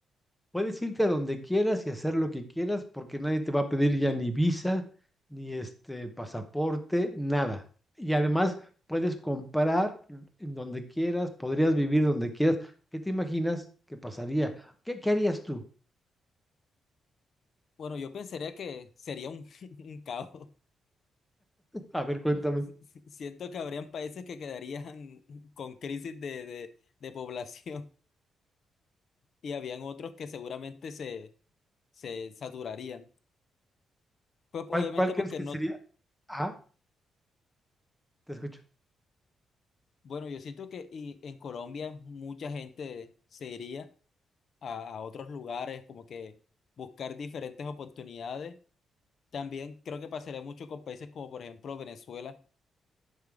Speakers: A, in the centre; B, on the left.
A: Puedes irte a donde quieras y hacer lo que quieras porque nadie te va a pedir ya ni visa, ni este pasaporte, nada. Y además puedes comprar en donde quieras, podrías vivir donde quieras. ¿Qué te imaginas que pasaría? ¿Qué, qué harías tú?
B: Bueno, yo pensaría que sería un, <laughs> un caos.
A: A ver, cuéntame.
B: si, si, Siento que habrían países que quedarían <laughs> con crisis de, de, de población <laughs> y habían otros que seguramente se, se saturarían. Pues
A: ¿Cuál,
B: obviamente
A: cuál crees
B: porque
A: que
B: no,
A: sería? Ah, te escucho.
B: bueno, yo siento que y en Colombia mucha gente se iría a, a otros lugares, como que buscar diferentes oportunidades. También creo que pasaría mucho con países como por ejemplo Venezuela,